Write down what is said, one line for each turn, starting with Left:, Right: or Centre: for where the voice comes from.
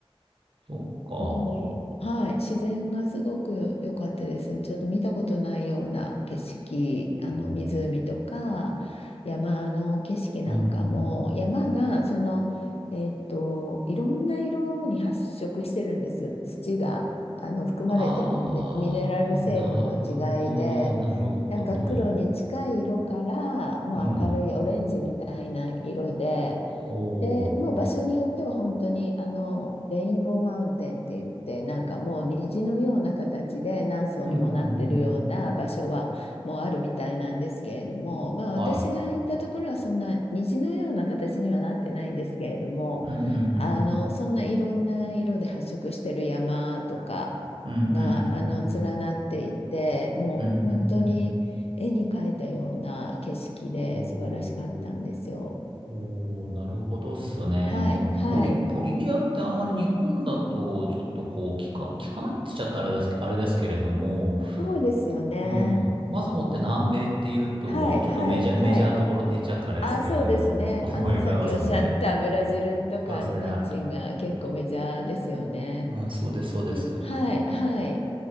Right: そっか。
Left: すごい、はい、自然がすごく良かったです。ちょっと見たことないような景色、あの湖とか山の景色なんかも、
Right: うん。うん
Left: 山がその、えっと、いろんな色に発色してるんですよ。土が、あの、含まれてるミネ、
Right: ああ、
Left: ミネラル成分の違いで、
Right: なるほど、なるほど。
Left: なんか黒に近い色から、もう明るいオレンジみたいな色で、
Right: うん。おー。
Left: で、もう場所によっては本当にあのレインボーマウンテンって言って、なんかもう虹のような形で何層にもなってるような場所はもうあるみたいなんですけれども、
Right: うん、うん、うん。
Left: まあ私が行ったところはそんな虹のような形にはなってないんですけれども、
Right: はい。うん、うん、うん、
Left: あのそんないろんな色で発色してる山とか
Right: うん。うん、
Left: があの連なっていて、
Right: うん、うん、うん。
Left: もう本当に絵に描いたような景色で素晴らしかったんですよ。
Right: うん、うんうん。おー。おー、なるほどっすね。
Left: はい、
Right: でも、
Left: はい。
Right: ボリ、ボリビアってあんまり日本だと、ちょっとこう、聞か、聞かないって言っちゃったらあれです、あれですけれども、
Left: そうですよね。
Right: うん。まずもって南米っていうと、
Left: はい、
Right: ちょっとメジャー、
Left: はい、はい。
Right: メジャーどころって言っちゃうとあれですけれども、
Left: あ、そうですね。
Right: <laughs> 思い浮かべますもんね。
Left: あの、さっきおっしゃったブラジルとかアルゼンチンが結構メジャーですよね。
Right: そうですね。あうん、そうです、そうです。
Left: ではい、はい。